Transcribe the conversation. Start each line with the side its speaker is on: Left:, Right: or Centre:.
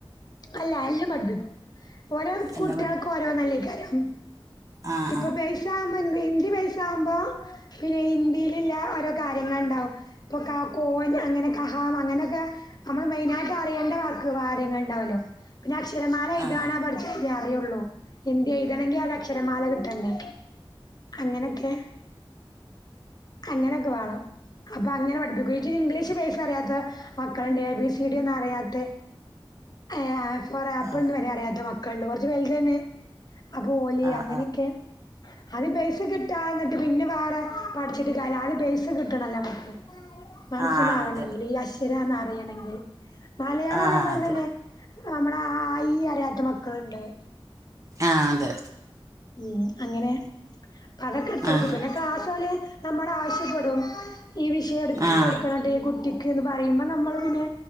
Left: അല്ല എല്ലം പഠിപ്പിക്കും ഓരോ കുട്ടിയൾക്
Right: എല്ലാ പഠി
Left: ഓരോനെല്ലക്കാരം
Right: ആഹ്
Left: ഇപ്പൊ ബൈസാവ്ബോ ഇന്തി ബൈസാവുമ്പോ പിന്നെ ഹിന്ദില്ല്ല ഓരോ കാര്യങ്ങള് ണ്ടാവും ഇപ്പ ക കോൻ അങ്ങനെ കഹാം അങ്ങനെക്കെ.. നമ്മള് മെയിനായിട്ട് അറിയണ് വാക്ക് കാര്യങ്ങൾണ്ടാവല്ലോ പിന്നെ അക്ഷരമാല എയിതാനോ
Right: ആഹ്
Left: പട്. അറിയൊള്ളൂ ഹിന്തി യെഴുതണങ്കി ആദ്യ അക്ഷരമാല കിട്ടണ്ടേ അങ്ങനൊക്കെ.. അങ്ങനൊക്കെ വാണം അപ്പൊ അങ്ങനെ പഠിപ്പിക്കു ജി ഇംഗ്ലീഷ് ബൈസ അറിയത്ത മക്കൾണ്ട് എ ബി സി ഡി ഒന്നുറിയാത്തെ ഹെ എ ഫോർ ആപ്പിൾന്ന്
Right: ആഹ് ആഹ്
Left: അറിയാത്ത മക്കൾണ്ട് കൊറച് വെൽത് തന്നെ അപ്പോ ഓലി
Right: ആഹ്
Left: അങ്ങനെക്കെ അത് ബൈസ് കിട്ടാ എന്നിട്ട് പിന്നെ വാറെ പഠിച്ചിട്ട്ലാല്ല ആദ്യ ബേസ്കിട്ടണല്ലോ നമക്ക്. മനസ്സിലാവണങ്കിൽ
Right: ആഹ് ആഹ് ആഹ് ആഹ് അത്
Left: ഈഅശ്ശരാന്ന് അറിയണെങ്കിൽ മലയാളം
Right: ആഹ്
Left: അതേപോലെ
Right: അത്
Left: തന്നെ അ ആ ഇ അറിയാത്ത മക്കൾണ്ട്.
Right: ആത്
Left: ഉം അങ്ങനെ അപ്പ അതൊക്കെ ഇട്തൊട്ക്കും
Right: ആഹ്
Left: പിന്നെ ക്ലാസ്സൊ ഓല് നമ്മടെ ആവശ്യപ്പെടും. ഈ വിഷയം ഇട്ടുതൊക്കണട്ടൊ
Right: ആഹ് ആഹ്
Left: ഈ കുട്ടിക്ക് ക്കെന്ന് പറയുമ്പോ നമ്മള് പിന്നെ